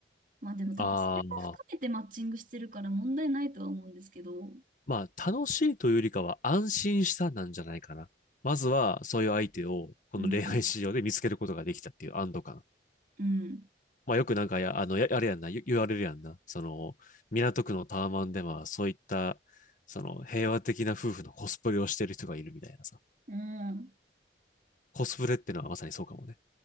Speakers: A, on the right (about 45°); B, on the left (about 45°).
A: まあでも多分それも含めてマッチングしてるから問題ないとは思うんですけど、
B: ああ、まあ楽しいというよりかは安心したなんじゃないかな。まずはそういう相手をこの恋愛市場で見つけることができたっていう安堵感。
A: うん、うん、
B: まあよくなんかや、あの、や、あれやんな、言言われるやんな。その、港区のタワマンではそういった、その平和的な夫婦のコスプレをしてる人がいるみたいなさ。
A: うん、
B: コスプレってのはまさにそうかもね。